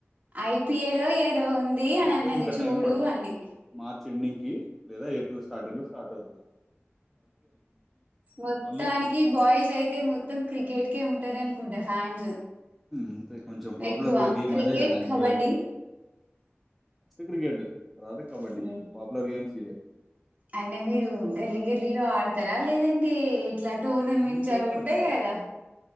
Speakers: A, on the right; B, in the centre.
A: ఐపిఎ లో ఏదో ఉంది అని
B: ఐపీఎల్
A: అన్నది
B: ఇంకా
A: చూడు
B: టైం పడుతది
A: అని
B: మార్చ్ ఎండింగ్ కి లేదా ఏప్రిల్ స్టార్టింగ్ లో స్టార్ట్ అవుతుంది
A: మొత్తానికి
B: ఓన్లీ
A: బాయ్స్ అయితే మొత్తం క్రికెట్కే ఉంటార అని గుడ్ే ఫ్యాన్స్
B: అంటే కొంచెం పాపులర్
A: ఎక్కువ
B: గేమ్
A: క్రికెట్
B: అదే కదా
A: కబడ్డీ
B: ఇండియాలోస్ క్రికెట్ అ కబడ్ీ
A: హ్మ్
B: కొం పాపుులర్ గేమ్స్ ఇే
A: అంటే మీరు గల్లీ గల్లీలో ఆడతారా లేదంటే ఇట్లా టోర్నమెట్వి
B: అన్ని చోట్ల
A: ఉంటాయి
B: ఆడతారు
A: కదా ఆ